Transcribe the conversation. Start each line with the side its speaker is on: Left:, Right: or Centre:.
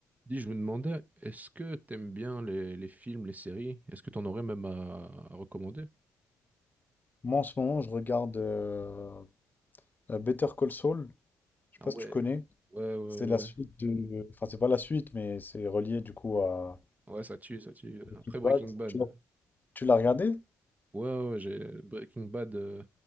Right: Dis, je me demandais, est-ce que t'aimes bien les, les films, les séries? Est-ce que t'en aurais même à, à recommander?
Left: Moi, en ce moment, je regarde euh, euh, Better Call Saul. Je sais
Right: Ah
Left: pas
Right: ouais.
Left: si tu connais.
Right: Ouais, ouais,
Left: C'est la suite
Right: ouais.
Left: de... Enfin, c'est pas la suite, mais c'est relié du coup à
Right: Ouais, ça tue, ça tue.
Left: Breaking
Right: Après Breaking
Left: Bad.
Right: Bad.
Left: Tu l'as tu l'as regardé?
Right: Ouais, ouais, ouais, j'ai Breaking Bad, euh,